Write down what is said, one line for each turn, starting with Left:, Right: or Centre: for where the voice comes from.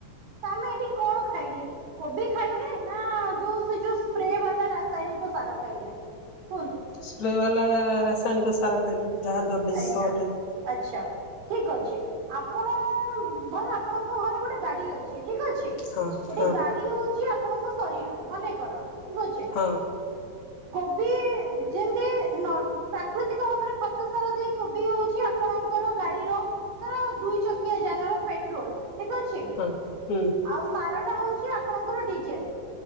Right: ତ ଆମେ ଏଠି କଣ ଖାଇଲେ, କୋବି ଖାଇଲେ ନା ଯୋଉ ସେ ଯୋଉ ସ୍ପ୍ରେ ବାଲା ରାସାୟନିକ ସାର ଖାଇଲେ କୁହନ୍ତୁ।
Left: ସ୍ପ୍ରେ ବାଲା ରାସାୟନିକ ସାର ଖାଇଲୁ ଯାହାଦ୍ୱା ବିଷ
Right: ଆଜ୍ଞା
Left: ଅଟେ।
Right: ଆଚ୍ଛା ଠିକ୍ ଅଛି ଆପଣ ଘରେ ଆପଣଙ୍କ ଘରେ ଗୋଟେ ଗାଡି ଅ ଛି ଠିକ୍ ଅଛି।
Left: ହଁ
Right: ଏଠି
Left: ହଁ
Right: ଗାଡି ହଉଚି ଆପଣଙ୍କ ଶରୀର, ମନେକର ଠିକ୍ ଅଛି।
Left: ହଁ।
Right: କୋବି ଯେମ୍ତି ନର୍ ପ୍ରାକୃତିକ ଭାବରେ ଖ ତ ସାର ଦେଇକି କୋବି ହଉଚି ଆପଣଙ୍କର ଗାଡିର ଧର ଦୁଇ ଚକିଆ ଯାନ ର ପେଟ୍ରୋଲ୍। ଠିକ୍ ଅଛି,
Left: ହଁ ହୁଁ
Right: ଆଉ ସାରଟା ହଉଛି ଆପଣଙ୍କର ଡିଜେଲ୍।